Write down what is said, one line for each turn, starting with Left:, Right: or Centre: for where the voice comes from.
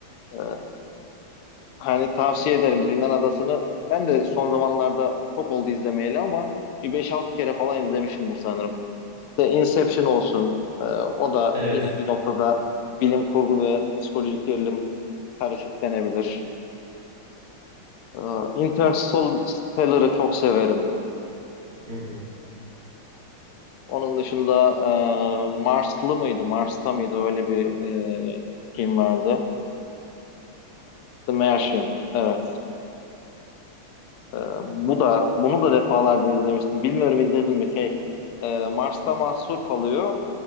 Left: Ee, hani tavsiye ederim Zindan Adası'nı. Ben de son zamanlarda çok oldu izlemeyeli ama bir beş altı kere falan izlemişimdir sanırım. İşte Inception olsun. e, o da
Right: Evet.
Left: yine bir noktada bilim kurgu ve psikolojik gerilim karışık denebilir. Ee, Interstellar'ı çok severim.
Right: Hı hı.
Left: Onun dışında e, Marslı mıydı, Mars'ta mıydı öyle bir e, film vardı. The Martian, evet. Ee, bu da bunu da defalarca izlemiştim. Bilmiyorum izledim mi şey. e, Mars'ta mahsur kalıyor.